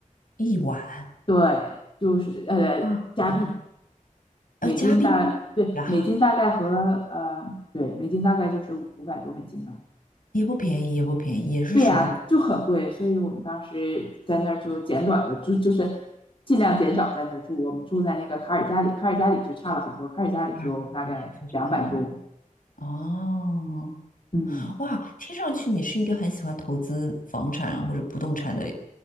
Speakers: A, on the left; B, on the left.
A: 一晚
B: 对，就是呃加币
A: 啊，啊，
B: 美金大，
A: 呃，加币
B: 对，
A: 呀。
B: 美金大概和呃，对，美金大概就是五百多美金吧。
A: 也不便宜，也不便宜，也是属于古
B: 对呀，就很贵，所以我们当时在那儿就简短的住，就是尽量减少在那儿住。我们住在那个卡尔加里，卡尔加里就差了很多，卡尔加里就大概两百多。
A: 巴尔地也非常有名。哦，
B: 嗯，
A: 哇，听上去你是一个很喜欢投资房产或者不动产的，